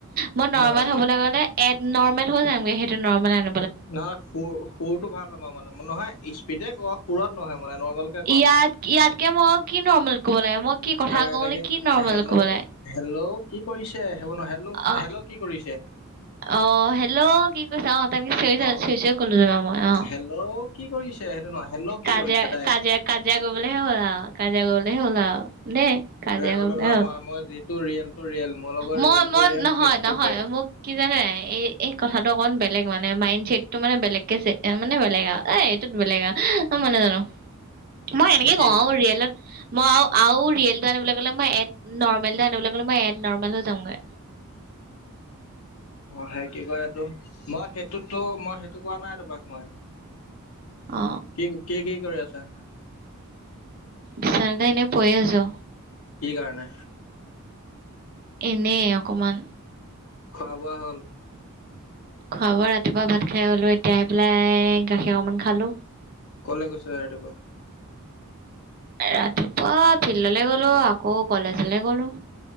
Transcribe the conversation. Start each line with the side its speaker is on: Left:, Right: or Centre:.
Right: মই নৰ্মেল
Left: নহয় ন
Right: হবলৈ গ'লে এড নৰ্মেল হৈ যামগে সেইটো নৰ্মেল আন
Left: নহয় সুৰ সুৰটো ভাল হমাৰ মানে ম নহয় স্পিডে ক সুৰত নহয় মানে নৰ্মেল কে কওক
Right: ইয়াত ইয়াতকে মই কি নৰ্মেল কব লাগে মই কি কথা
Left: আহ
Right: কওঁ
Left: এনেকে
Right: নে কি নৰ্মেল
Left: হেল্ল'
Right: ক'ব লাগে
Left: হেল্ল' কি কৰিছে হব ন হেল্ল
Right: অ
Left: হেল্ল' কি কৰিছে
Right: অ হেল্ল' কি কৈছা অ তনেকে
Left: অ
Right: কলো যাবা মই অ
Left: হেল্ল' কি কৰিছে সেইটো নহয় হেল্ল' কি
Right: কাজিয়া
Left: কৰিছে ডাইৰেক্ট
Right: কাজিয়া কাজিয়া কৰিবলৈহে হ'লা কাজিয়া কৰিবলৈহে হ'লা দে কাজিয়া
Left: গলে
Right: কৰিম আৰু
Left: মই মই যিটো ৰিয়েল টো ৰিয়েল মোৰ লগৰ
Right: মই
Left: ৰিয়েল
Right: মই
Left: টো ৰিয়েল
Right: নহয়
Left: ফেক
Right: নহয়
Left: টো ফেক
Right: মোক কি জানে এই এই কথাটো অ বেলেগ মানে মাইড চছেটটো মানে বেলেগকে মানে বেলেগ আৰু এ এইটোত বেলেগ অ মানে জানো মই এনেকে
Left: কি
Right: কওঁ আৰু ৰিয়েলত মই আৰু ৰিয়েল টো আনিবলৈ গ'লে মই এড নৰ্মেলটো আনিব গলে মই এড নৰৰ্মেল হৈ যওঁগে
Left: অ সেই কি কয় এইটো মই সেইটোতো মই সেইটো কোৱা নাই তোমাক মই
Right: অ
Left: কি কি কি কৰে আছা
Right: বিছনাদ এনে পৰি আছো
Left: কি কাৰণে
Right: এনেই অকমান
Left: খোৱা বোৱা হ'ল
Right: খোৱা বোৱা ৰাতিপুৱা ভাত খাই গলো এতিয়া আহি পেলাই গাখীৰ অকমান খালো
Left: কলৈ গৈছো ৰাতিপোৱা
Right: ৰাতিপুৱা ফিল্ডলৈ গ'লো আকৌ কলেজলে গলো